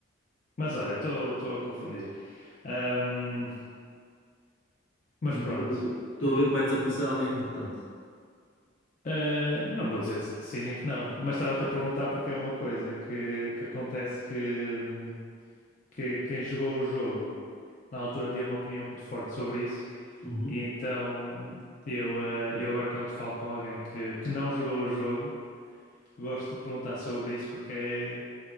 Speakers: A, on the left; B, on the left.
A: Mas olha, estou estou a confundir. Ahm, mas
B: Hum,
A: pronto.
B: Estou estou a ver que vai desaparecer alguém importante.
A: Ah, não vou dizer que sim nem que não. Mas estava-te a perguntar porque é uma coisa que, que acontece que, hum, que quem jogou o jogo. na altura dei uma opinião muito forte sobre isso,
B: Uhum.
A: e então eu, eh, eu agora quando falo com alguém que, que não jogou o jogo, gosto de perguntar sobre isso porque, é-